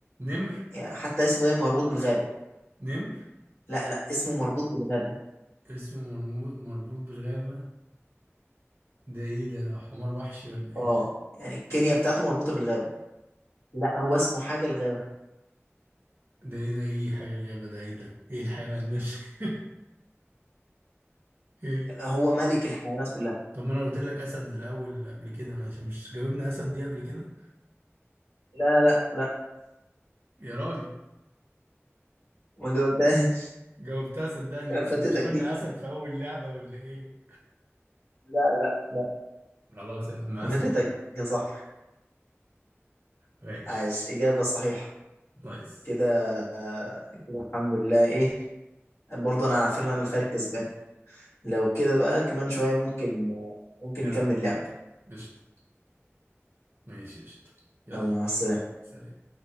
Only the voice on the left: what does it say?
يعني حتى اسمه دايما مربوط بالغابة
لا لا اسمه مربوط بالغابة
اه يعني الكينيا بتاعته مربوطة بالغابة لا هو اسمه حاجة الغابة
هو ملك الحيوانات كلها
لا لا لا
ما جاوبتهاش
<laughs>
فاتتك
دي
لا لا لا
فاتتك
يا صاحبي
عاش إجابة صحيحة
كده آه، كده الحمد لله ايه برضه انا على فكرة انا اللي خارج كسبان لو كده بقى كمان شوية ممكن ممكن
نكمل
لعب
يلا مع السلامة